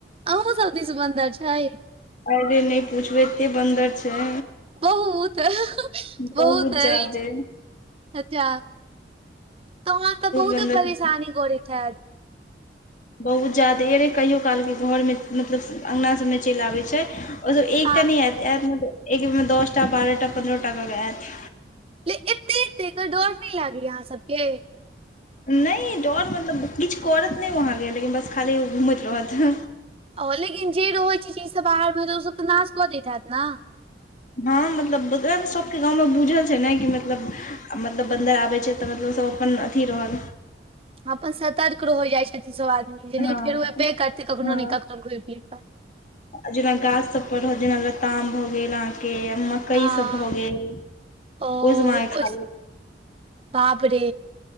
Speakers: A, on the right; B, on the left.
A: अ सब दिश बन्दर छै
B: अरे नहि पूछबै एते बन्दर छै
A: बहुत बहुत
B: बहुत
A: अछि
B: जादे हूँ
A: अच्छा तऽ वहाँ तऽ बहुत
B: बन्दर
A: परेशानी
B: छै।
A: करैत हैत
B: बहुत जा्यदे रहै कहिओ कालके घरमे मतलब अङ्गना सभमे चलि आबै छै ओ एकटा
A: हँ
B: न आयत आयत मतब एक दसटा बारह टा पन्द्रह टाक कऽ आयत
A: ल एते क एते डर नहि लागलै अहाँ सबके
B: नहि डर मतलब किछु करत नहि आहाँके लेकिन बस खाली ओ घूमैत रहत ह
A: ओ लेकिन जे रहैत छैज सब बाहर मे तऽ ओ सब तऽ नाश कऽ दैत हैत न
B: हँ मतलब सबके गाँवमे बुझल छै न कि मतलब मतलब बन्दर आबै छै तऽ मतलब सब अपन अथी रहल
A: अपन सतर्क रहोइ जाइ छथिन सभ आदमी जे
B: हँ
A: नहि फेरो अयबे करतै कखहु
B: हँ
A: नहि को घुमि फिर कऽ
B: जेना गाछ सब पर रहत जेना लताम भऽ गेल अहाँके कई
A: हँ
B: सब भऽ गेल
A: ओ
B: ओस खालेत
A: बाप रे